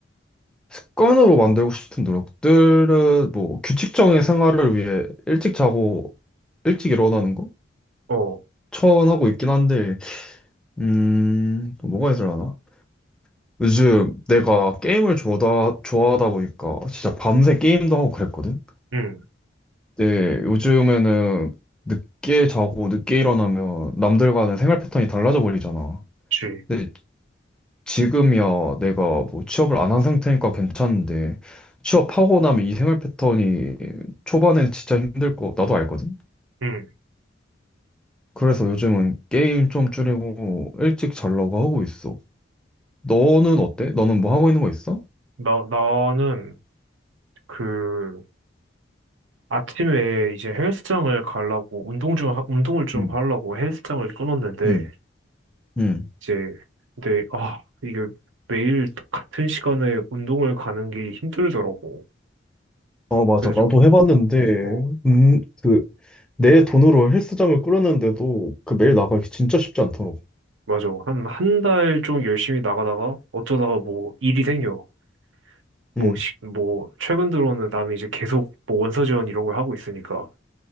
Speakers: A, in the centre; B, on the right.
A: 습관으로 만들고 싶은 노력들은 뭐 규칙적인 생활을 위해 일찍 자고 일찍 일어나는 거?
B: 어, 어,
A: 처원하고 있긴 한데, 음, 또 뭐가 있을려나 요즘 내가 게임을 좋아하다, 좋아하다 보니까 진짜 밤새 게임도 하고 그랬거든?
B: 응,
A: 근데 요즘에는 늦게 자고 늦게 일어나면 남들과는 생활 패턴이 달라져 버리잖아.
B: 그치.
A: 근데 지금이야 내가 뭐 취업을 안 한 상태니까 괜찮은데 취업하고 나면 이 생활 패턴이 초반엔 진짜 힘들 거 나도 알거든.
B: 응.
A: 그래서 요즘은 게임 좀 줄이고 일찍 자려고 하고 있어. 너는 어때? 너는 뭐 하고 있는 거 있어?
B: 나, 나는 그 아침에 이제 헬스장을 가려고 운동 좀, 하- 운동을 좀
A: 응
B: 하려고 헬스장을 끊었는데
A: 응 응.
B: 이제 근데 아 이게 매일 똑같은 시간에 운동을 가는 게 힘들더라고.
A: 아, 맞아.
B: 그래서
A: 나도
B: 좀
A: 해봤는데,
B: 어,
A: 음, 그, 내 돈으로 헬스장을 꾸렸는데도 그 매일 나가기 진짜 쉽지 않더라고.
B: 맞아. 한 한 달 좀 열심히 나가다가 어쩌다가 뭐 일이 생겨. 뭐,
A: 응.
B: 시, 뭐 최근 들어는 나는 이제 계속 뭐 원서 지원 이런 걸 하고 있으니까